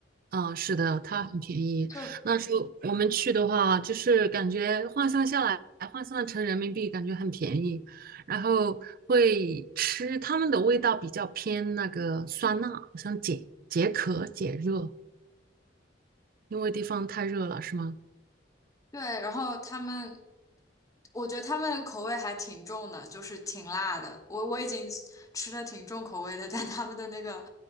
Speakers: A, on the right (about 50°); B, on the left (about 20°).
A: 啊，是的，它很便宜。
B: 就
A: 那时候我们去的话，就是感觉换算下来，换算成人民币，感觉很便宜。然后会吃他们的味道比较偏那个酸辣，好像解解渴解热，因为地方太热了，是吗？
B: 对，然后他们，我觉得他们口味还挺重的，就是挺辣的。我我已经吃的挺重口味的，但他们的那个